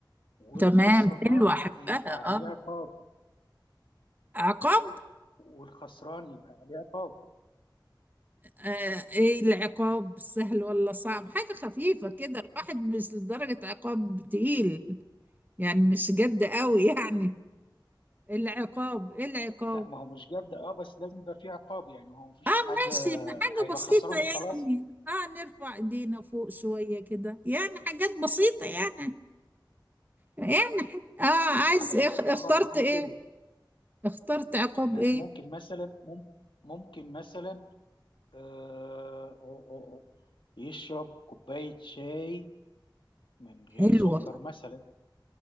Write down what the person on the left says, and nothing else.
والخسران
يبقى عليه
عقاب
والخسران يبقى عليه عقاب
لا ما هو مش جد اه بس لازم يبقى فيه عقاب يعني هو مفيش
حاجة
هيبقى
خسران
وخلاص
دي
حاجة
بسيطة خالص
ليه كده
ما-
ممكن مثلا مم- ممكن مثلا آه، آه، آه، آه، يشرب كوباية شاي من غير
سكر مثلا